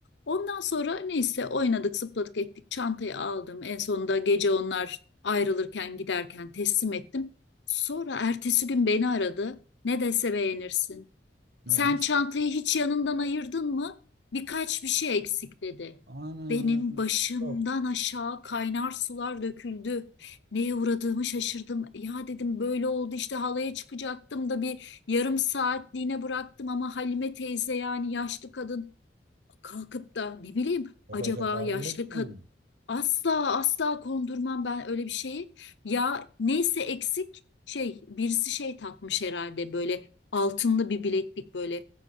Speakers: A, on the left (about 80°); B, on the right (about 65°).
A: Ondan sonra neyse oynadık, zıpladık ettik. Çantayı aldım. En sonunda gece onlar ayrılırken giderken teslim ettim. Sonra ertesi gün beni aradı. Ne dese beğenirsin.
B: ne
A: Sen
B: olmuş?
A: çantayı hiç yanından ayırdın mı? Birkaç bir şey eksik dedi.
B: Ana
A: Benim başımdan
B: yok.
A: aşağı kaynar sular döküldü. Neye uğradığımı şaşırdım. Ya dedim böyle oldu işte halaya çıkacaktım da bir yarım saatliğine bıraktım ama Halime teyze yani yaşlı kadın kalkıp da ne bileyim
B: Yapacak
A: acaba
B: hali
A: yaşlı
B: yok yani.
A: kad- Asla asla kondurmam ben öyle bir şeyi. Ya neyse eksik şey birisi şey takmış herhalde böyle altınlı bir bileklik böyle